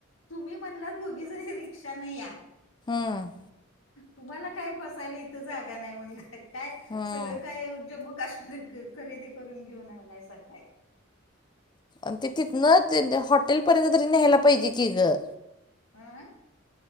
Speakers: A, on the left; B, on the left.
A: तुम्ही म्हणलं दोघी जनी रिक्षानं या.
B: हम्म,
A: तुम्हाला काय बसायला इथं जागा नाही म्हटलं, काय
B: हम्म.
A: सगळं काय जम्मू काश्मीर खरेदी करून घेऊन आलायसा काय?
B: अन् ते तिथनं ते हॉटेल पर्यंत तरी न्यायला पाहिजे की गं.
A: अं,